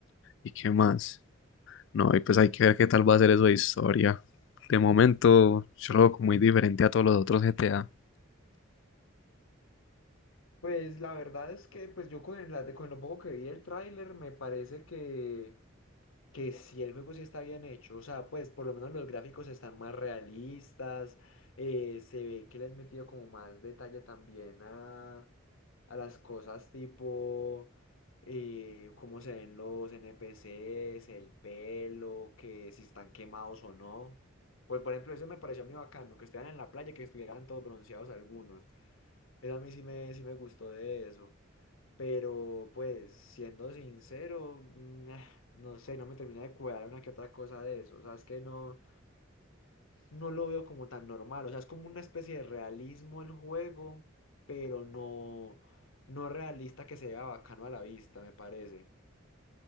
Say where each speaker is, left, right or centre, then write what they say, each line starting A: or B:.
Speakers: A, on the left (about 65°); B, on the left (about 80°).
A: ¿y qué más? No, y pues hay que ver qué tal va a ser eso de historia. De momento, yo lo veo como muy diferente a todos los otros GTA.
B: Pues la verdad es que pues yo con, el- la- con lo poco que vi del tráiler me parece que que si el juego sí está bien hecho, o sea, pues por lo menos los gráficos están más realistas, eh, se ve que le han metido como más detalle también a, a las cosas tipo eh, cómo se ven los NPCs, el pelo, que si están quemados o no. Pues por ejemplo, eso me pareció muy bacano, que estuvieran en la playa, que estuvieran todos bronceados algunos. Eso a mí sí me, sí me gustó de eso. Pero pues, siendo sincero, mm, ah, no sé, no me termina de cuadrar una que otra cosa de eso. O sea, es que no, no lo veo como tan normal. O sea, es como una especie de realismo el juego, pero no, no realista que se vea bacano a la vista, me parece.